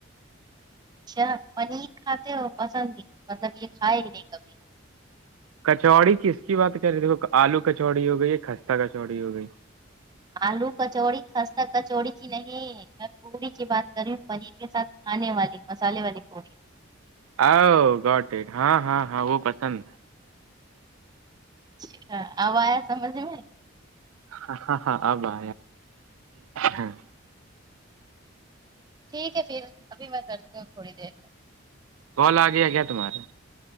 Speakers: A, on the right (about 20°); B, on the right (about 85°).
A: اچھا پنیر کھاتے ہو پسند ہی مطلب یہ کھائے ہی نہیں کبھی
B: کچوڑی کس کی بات کر رہے دیکھو آلو کچوڑی ہو گئی کستہ کچوڑی ہو گئی
A: آلو کچوڑی خستہ کچوڑی کی نہیں میں پوڑی کی بات کر رہی ہوں پنیر کے ساتھ کھانے والی مسالے والی پوڑی
B: آؤ گاٹڈ ہاں ہاں ہاں وہ پسند
A: اچھا آب آیا سمجھ میں
B: ہ ہاں ہاں آب ہ ہاں
A: ٹھیک ہے پھر ابھی میں کرتی ہوں تھوڑی دیر میں
B: کال آ گیا گیا تہارے